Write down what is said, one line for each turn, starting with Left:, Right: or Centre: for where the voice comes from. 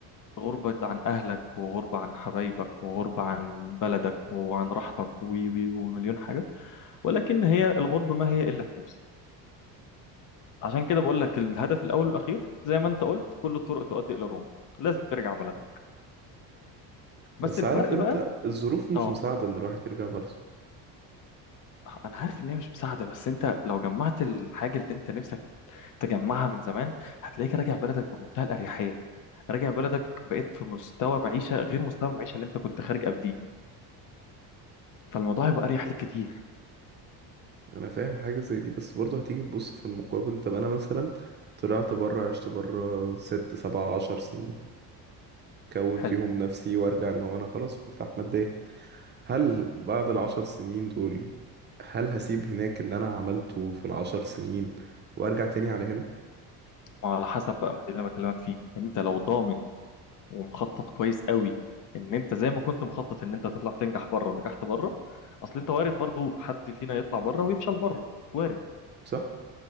Left: غربة عن أهلك وغربة عن حبايبك وغربة عن بلدك وعن راحتك وي وي ومليون حاجة ولكن هي الغربة ما هي إلا فلوس عشان كده بقول لك الهدف الاول والاخير زي ما انت قلت كل الطرق تؤدي الى روما لازم ترجع بلدك بس
Right: بس
Left: الفرق
Right: عارف انت
Left: بقى
Right: الظروف مش
Left: اه
Right: مساعدة ان الواحد يرجع برضه
Left: انا عارف ان هي مش مساعده بس انت لو جمعت الحاجه اللي انت نفسك تجمعها من زمان هتلاقيك راجع بلدك بمنتهى الاريحيه راجع بلدك بقيت في مستوى معيشه غير مستوى المعيشه اللي انت كنت خارج قبليه فالموضوع هيبقى اريح ليك كتير
Right: انا فاهم حاجه زي دي بس برضه هتيجي تبص في المقابل طب انا مثلا طلعت بره عشت بره ست سبع عشر سنين كون
Left: حلو
Right: فيهم نفسي وارجع ان هو انا خلاص مرتاح ماديا هل بعد العشر سنين دول هل هسيب هناك اللي انا عملته في العشر سنين وارجع تاني على هنا
Left: ما على حسب بقى ما دي اللي انا بكلمك فيه انت لو ضامن ومخطط كويس قوي ان انت زي ما كنت مخطط ان انت هتطلع تنجح بره ونجحت بره اصل انت وارد برضو حد فينا يطلع بره ويفشل بره وارد
Right: صح